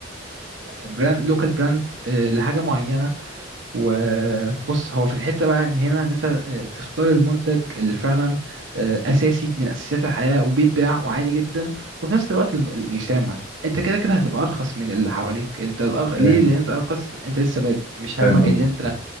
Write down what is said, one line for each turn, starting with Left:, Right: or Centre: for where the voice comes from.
Right: براند لوكال براند لحاجة معينة وبص هو في الحتة بقى ان هنا ان انت آه، تختار المنتج اللي فعلا آه، اساسي من اساسيات الحياة وبيتباع وعادي جدا وفي نفس الوقت الم- ال- الخامة انت كده كده هتبقى ارخص من اللي حواليك انت الأرخ... ليه
Left: فاهم
Right: لان انت ارخص انت لسه بادئ مش
Left: فاهم
Right: همك
Left: قصدك
Right: ان انت